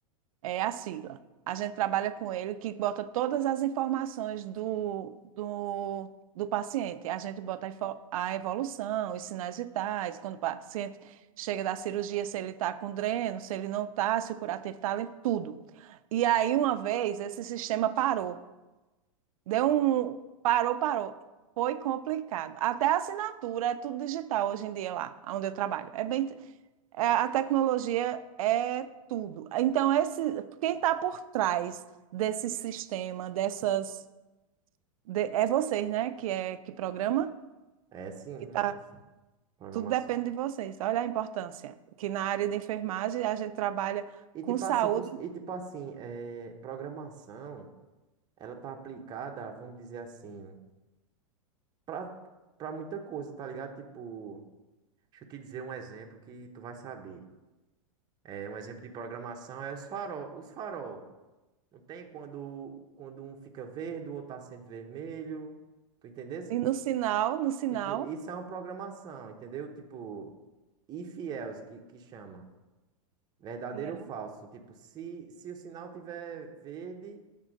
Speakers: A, on the right; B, on the right.
A: é a sigla. A gente trabalha com ele que bota todas as informações do, do, do paciente. A gente bota a info- a evolução, os sinais vitais, quando o paciente chega da cirurgia, se ele está com dreno, se ele não está, se o curativo está limpo, tudo. E aí, uma vez, esse sistema parou. Deu um. Parou, parou. Foi complicado. Até a assinatura é tudo digital hoje em dia lá, onde eu trabalho. É bem, é, a tecnologia é tudo. Então, esse, quem está por trás desse sistema, dessas. de- é vocês, né? Que é que programa?
B: é sim,
A: Que
B: hum,
A: tá,
B: assim, programação.
A: tudo depende de vocês. Olha a importância. Que na área de enfermagem a gente trabalha
B: E
A: com
B: tipo
A: saúde
B: assim, tu, e tipo assim, é, programação, ela tá aplicada, vamos dizer assim... pra, pra muita coisa, tá ligado? Tipo, deixa eu te dizer um exemplo que tu vai saber. É, um exemplo de programação é os farol, os farol. Não tem quando, quando um fica verde, o outro acende vermelho. Tu entendesse?
A: e no sinal, no sinal.
B: Tipo, isso é uma programação, entendeu? Tipo, if else, que, que chama. Verdadeiro
A: E é.
B: ou falso? Tipo, se, se o sinal tiver verde,